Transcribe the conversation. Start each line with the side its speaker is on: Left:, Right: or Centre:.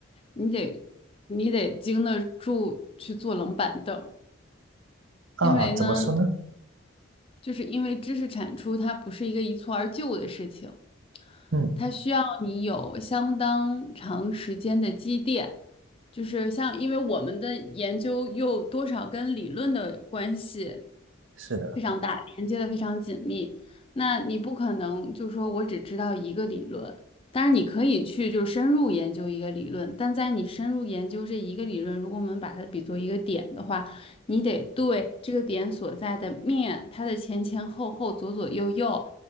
Left: 你得你得经得住去坐冷板凳。
Right: 啊，
Left: 因为呢，
Right: 怎么说呢？
Left: 就是因为知识产出它不是一个一蹴而就的事情，
Right: 嗯，
Left: 它需要你有相当长时间的积淀。就是像，因为我们的研究又多少跟理论的关系
Right: 是的，
Left: 非常大，连接的非常紧密。那你不可能就说我只知道一个理论，当然你可以去就是深入研究一个理论，但在你深入研究这一个理论，如果我们把它比作一个点的话，你得对这个点所在的面，它的前前后后、左左右右，